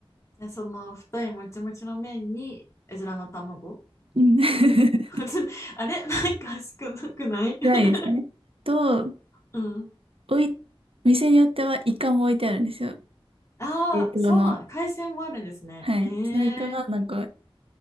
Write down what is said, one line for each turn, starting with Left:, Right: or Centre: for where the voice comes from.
Left: じゃあ、その太いもちもちの麺に、うずらの卵
Right: うん。<laughs>
Left: おに <laughs> うずら <laughs> あれなんか少なくない <laughs>
Right: 辛いですね。と、
Left: うん。
Right: おい、店によってはイカも置いてあるんですよ。
Left: <laughs> ああ、
Right: 冷凍の。
Left: そうなん。海鮮もあるんですね。
Right: はい。
Left: ええー、
Right: そのイカがなんか